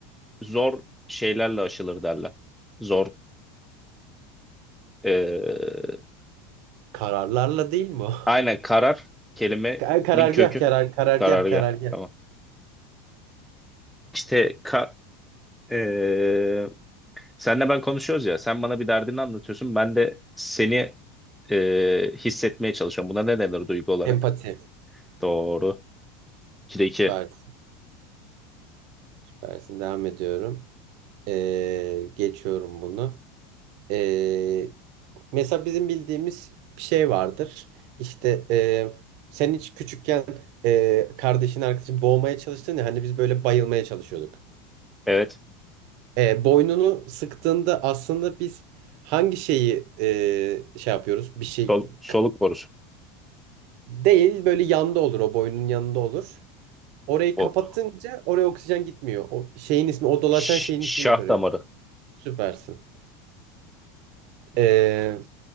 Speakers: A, in the centre; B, on the right.
A: zor şeylerle aşılır derler. Zor. e,
B: kararlarla değil mi o?
A: aynen karar kelimenin
B: <laughs> Ka- Karargah
A: kökü.
B: karar karargah
A: Karargah.
B: karargah.
A: Tamam. İşte ka, e, senle ben konuşuyoruz ya. Sen bana bir derdini anlatıyorsun. Ben de seni e, hissetmeye çalışıyorum. Buna ne denir duygu olarak?
B: Empati.
A: Doğru. 2'de 2.
B: Süper. Süpersin. Devam ediyorum. E, geçiyorum bunu. Ee, mesela bizim bildiğimiz bir şey vardır. İşte e, sen hiç küçükken e, kardeşin arkadaşın boğmaya çalıştın ya hani biz böyle bayılmaya çalışıyorduk.
A: Evet.
B: E, boynunu sıktığında aslında biz hangi şeyi e, şey yapıyoruz? Bir şey
A: Sol- soluk
B: k-
A: borusu.
B: değil böyle yanda olur o boynun yanında olur. Orayı
A: O
B: kapatınca oraya oksijen gitmiyor. O şeyin ismi o dolaşan
A: ş-
B: şeyin
A: şah
B: ismini soruyorum.
A: damarı.
B: Süpersin. E,